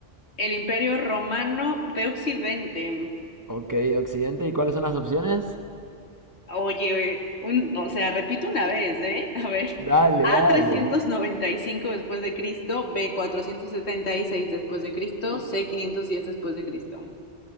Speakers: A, on the left (about 70°); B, on the right (about 20°).
A: El Imperio Romano de Occidente.
B: Ok, de Occidente, ¿y cuáles son las opciones?
A: Oye, oye, un, o sea, repito una vez, ¿eh? A ver,
B: Dale,
A: A
B: dale.
A: 395 después de Cristo, B 476 después de Cristo, C 510 después de Cristo.